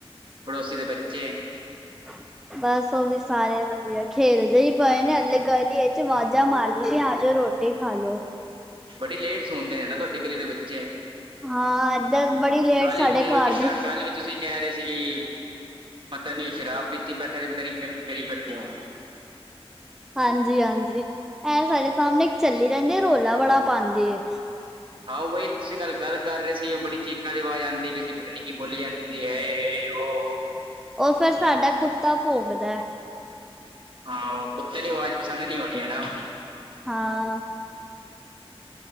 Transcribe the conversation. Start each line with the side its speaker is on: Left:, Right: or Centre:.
Right: ਪੜੋਸੀ ਦੇ ਬੱਚੇ।
Centre: <inaudible> ਬਸ ਉਹ ਵੀ ਸਾਰੇ ਵਧੀਆ ਖੇਲਦੇ ਈ ਪਏ ਨੇ ਅਲੇ ਗਲੀ ਵਿੱਚ ਵਾਜਾਂ ਮਾਰਦੀ ਆਜੋ ਰੋਟੀ ਖਾਲੋ।
Right: ਬੜੀ ਲੇਟ ਸੌਂਦੇ ਆ ਨਾ ਤੁਹਾਡੀ ਗਲੀ ਦੇ ਬੱਚੇ।
Centre: ਹਾਂ ਇਧਰ ਬੜੀ ਲੇਟ
Right: ਕੱਲ
Centre: ਸਾਡੇ
Right: ਹੀ ਫੋਨ
Centre: ਘਰ
Right: ਕੀਤਾ
Centre: ਦੇ
Right: ਕੱਲ ਵੀ ਤੁਸੀਂ ਕਹਿ ਰਹੇ ਸੀ ਪਤਾ ਨੀ ਓ ਸ਼ਰਾਬ ਪੀਤੀ ਬੈਠੇ ਤੇ ਪਤਾ ਨੀ ਕਰੀ ਬੈਠੇ ਹੋਣ।
Centre: ਹਾਂਜੀ-ਹਾਂਜੀ, ਐਨ ਸਾਡੇ ਸਾਹਮਣੇ ਚੱਲੀ ਰਹਿੰਦੀ ਆ ਰੋਲਾ ਬੜਾ ਪਾਂਦੀ ਐ।
Right: ਹਾਂ ਉਹ ਬਹੀ ਤੁਸੀਂ ਗੱਲ ਗੱਲ ਕਰ ਰਹੇ ਸੀ ਉਹ ਬੜੀ ਚੀਕਾਂ ਦੀ ਆਵਾਜ਼ ਆਂਦੀ ਪਈ ਵੀ ਪਤਾ ਨੀ। ਕੀ ਬੋਲੀ ਜਾਂਦੀ ਸੀ ਐ ਐ ਓ
Centre: ਓ ਫੇਰ ਸਾਡਾ ਕੁੱਤਾ ਭੋਗਦਾ।
Right: ਹਾਂ, ਕੁੱਤੇ ਨੂੰ ਆਵਾਜ਼ ਪਸੰਦ ਨੀ ਹੋਣੀ ਹਨਾ।
Centre: ਹਾਂ,